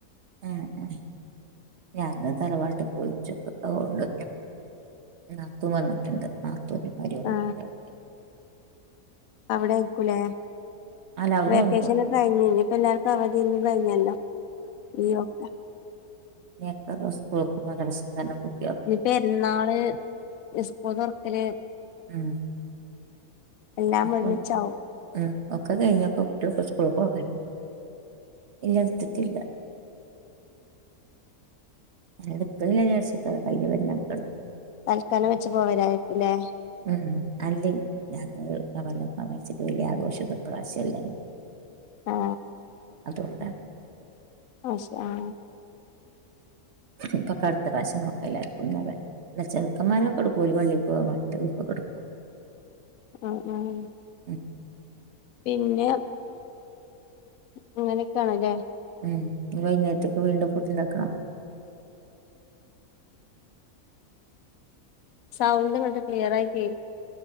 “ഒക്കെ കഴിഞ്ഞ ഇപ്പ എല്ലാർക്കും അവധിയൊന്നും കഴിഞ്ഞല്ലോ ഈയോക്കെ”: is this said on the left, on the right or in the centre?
Left